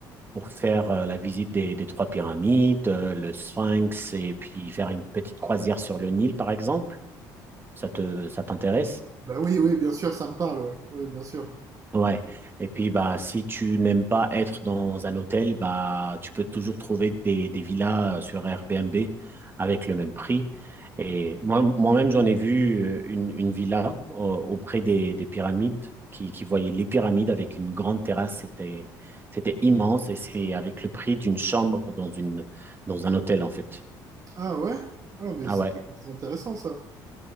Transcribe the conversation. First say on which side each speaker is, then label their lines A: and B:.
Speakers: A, on the right; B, on the right.
A: pour faire euh, la visite des, des trois pyramides, euh, le Sphinx, et puis faire une petite croisière sur le Nil, par exemple. Ça te, ça t'intéresse?
B: Bah oui oui bien sûr ça me parle ouais. Oui bien sûr.
A: Ouais. Et puis, bah, si tu n'aimes pas être dans un hôtel, bah, tu peux toujours trouver des, des villas euh, sur Airbnb avec le même prix. Et moi, moi-même, j'en ai vu euh, une, une villa euh, auprès des, des pyramides qui, qui voyait les pyramides avec une grande terrasse. C'était, c'était immense et c'est avec le prix d'une chambre dans une, dans un hôtel, en fait.
B: Ah ouais? Ah mais
A: Ah
B: c'est
A: ouais.
B: c'est intéressant ça.